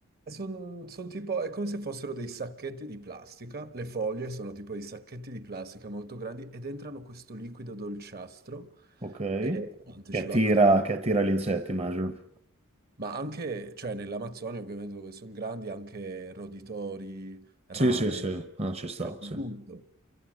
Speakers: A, on the right; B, on the right.
A: Sono tipo, è come se fossero dei sacchetti di plastica, le foglie sono tipo dei sacchetti di plastica molto grandi ed entrano questo liquido dolciastro
B: Ok.
A: e niente,
B: Che
A: ci
B: attira,
A: vanno dentro.
B: che attira gli insetti, immagino.
A: Ma anche, cioè nell'Amazzonia ovviamente dove sono grandi, anche roditori, rane,
B: Sì, sì, sì, ah, ci sta,
A: cioè di
B: sì.
A: tutto.